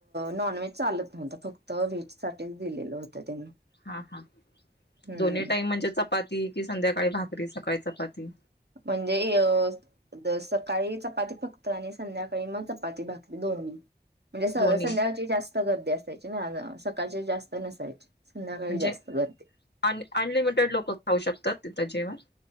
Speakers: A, on the right (about 75°); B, on the left (about 80°).
A: नॉन व्हेज चालत नव्हतं फक्त व्हेज साठीच दिलेलं होतं त्यांनी
B: हा हा
A: हम्म
B: दोन्ही टाईम म्हणजे चपाती कि संध्याकाळी भाकरी सकाळी चपाती
A: म्हणजे सकाळी चपाती फक्त आणि संध्याकाळी मग चपाती भाकली दोन् म्हणजे
B: दोन्ही
A: संध्याकाची जास्त गर्दी असायची ना सकाळची जास्त नसायची संध्याकाळी
B: म्हणजे
A: जास्त गर्दी.
B: अनलिमिटेड लोक खाऊ शकतात तिथं जेवण